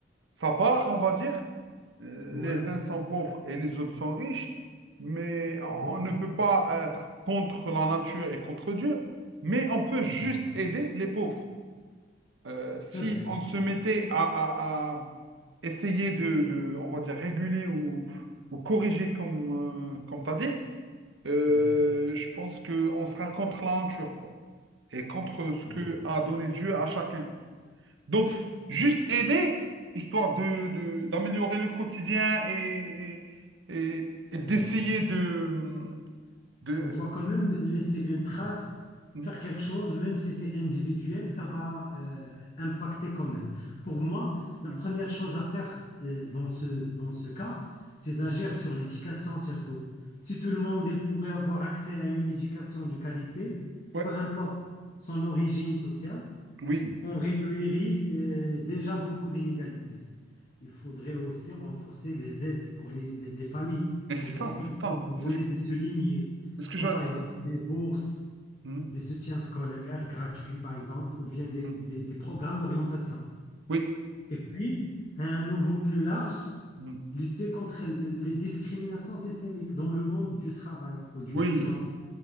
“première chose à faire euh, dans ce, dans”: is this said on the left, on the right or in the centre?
Left